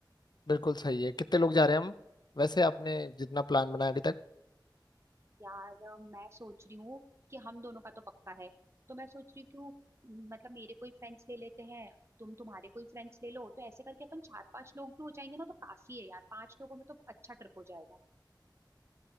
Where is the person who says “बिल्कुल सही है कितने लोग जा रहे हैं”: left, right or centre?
Left